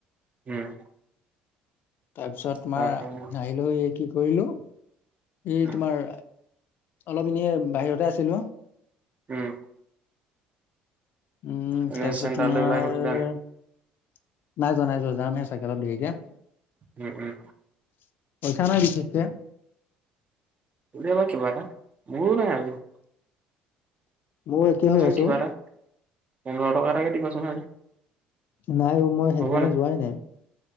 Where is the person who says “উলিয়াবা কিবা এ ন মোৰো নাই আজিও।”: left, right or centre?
Right